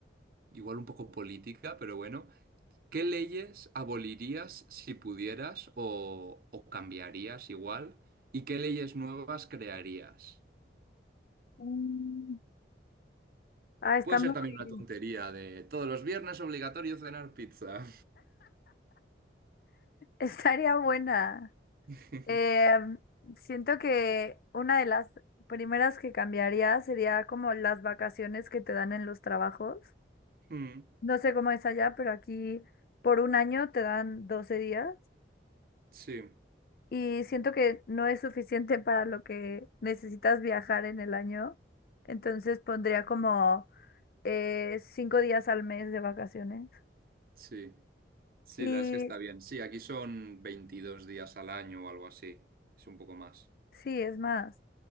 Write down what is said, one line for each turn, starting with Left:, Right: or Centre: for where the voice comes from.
Right: igual un poco política, pero bueno, ¿qué leyes abolirías si pudieras o, o cambiarías igual? ¿Y qué leyes nuevas crearías?
Left: Mm. Ah, está
Right: Puede
Left: muy...
Right: ser también
Left: <laughs>
Right: una tontería de todos los viernes obligatorio cenar pizza.
Left: Estaría buena.
Right: <laughs>
Left: Eh, siento que una de las primeras que cambiaría sería como las vacaciones que te dan en los trabajos.
Right: Mm,
Left: No sé cómo es allá, pero aquí por un año te dan 12 días
Right: Sí,
Left: y siento que no es suficiente para lo que necesitas viajar en el año. Entonces pondría como eh, 5 días al mes de vacaciones.
Right: sí, sí,
Left: Y
Right: la es que está bien. Sí, aquí son 22 días al año o algo así. Es un poco más.
Left: sí, es más.